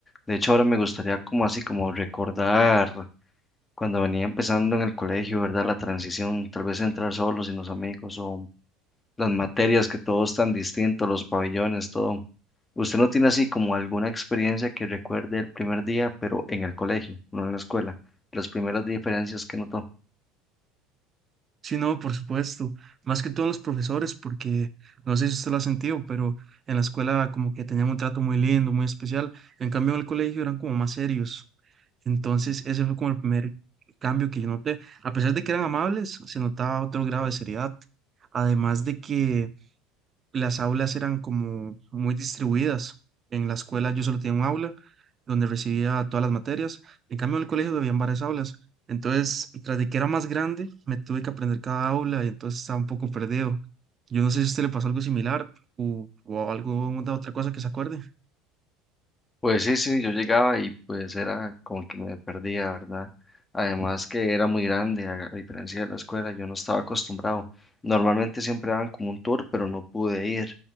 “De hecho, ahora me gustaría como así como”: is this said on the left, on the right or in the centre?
Left